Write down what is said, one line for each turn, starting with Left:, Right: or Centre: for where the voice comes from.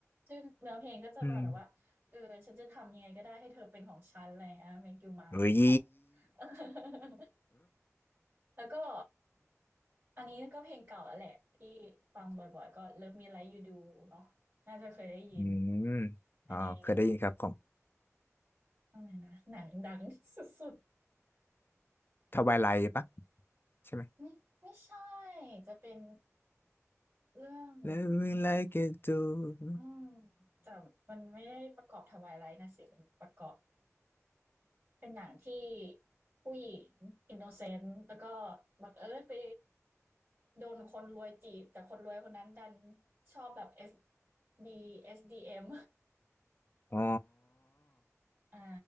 Right: ซึ่งเนื้อเพลงก็จะประมาณแบบว่าเออฉันจะทำยังไงก็ได้ให้เธอเป็นของฉันอะไรอย่างเงี้ย
Left: อืม
Right: Make You Mine
Left: เฮ้ย
Right: ของ <laughs> แล้วก็อันนี้ก็เพลงเก่าแล้วแหละที่ฟังบ่อยๆก็ Love Me Like You Do เนาะน่าจะเคยได้ยิน
Left: อืม
Right: อันนี้
Left: อ๋อเคยได้ยินครับของ
Right: อะไรนะหนังดังสุด
Left: ทวายไลท์ปะใช่ไหม
Right: ๆไม่ไม่ใช่จะเป็นเรื่อง
Left: Let me like it too
Right: อืมแต่มันไม่ได้ประกอบทวายไลท์นะสิเป็นประกอบเป็นหนังที่ผู้หญิงอินโนเซนต์แล้วก็บังเอิญไปโดนคนรวยจีบแต่คนรวยคนนั้นดันชอบแบบเอสดีเอสดีเอ็ม
Left: อ๋อ
Right: อ่า